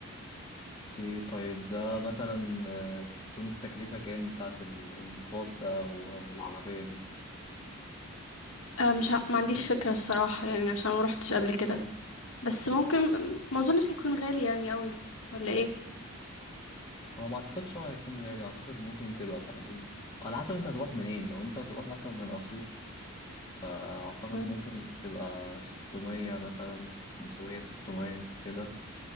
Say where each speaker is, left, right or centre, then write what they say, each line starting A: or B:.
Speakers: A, on the left; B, on the left.
A: أوكي، طيب ده مثلا آه، تكون التكلفة كام بتاعت ال- الباص ده أو أو العربية دي؟
B: آه، مش ع- ما عنديش فكرة الصراحة يعني عشان ما روحتش قبل كده بس ممكن ما اظنش هيكون غالي يعني قوي ولا ايه
A: هو ما اعتقدش هو هيكون غالي اعتقد ممكن تبقى في حدود على حسب انت هتروح منين لو انت هتروح مثلا من اسيوط فاعتقد
B: مم.
A: ممكن تبقى 600 مثلا 500 600 كده